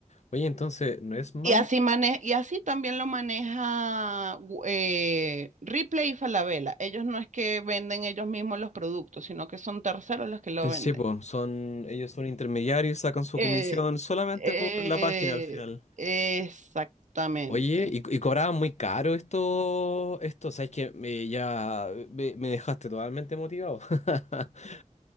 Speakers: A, on the left (about 60°); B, on the right (about 65°).
A: Oye, entonces, ¿no es malo?
B: Y así, mane- y así también lo maneja gu- eh, Ripley y Falabella. Ellos no es que venden ellos mismos los productos, sino que son terceros los que lo
A: Eh,
B: venden.
A: sí, pues, son, ellos son intermediarios, sacan su
B: Eh,
A: comisión solamente
B: eh,
A: por la página al final.
B: exactamente.
A: Oye, y, y cobraban muy caro esto, esto, sabes que me, ya eh, me, me dejaste totalmente motivado. <laughs>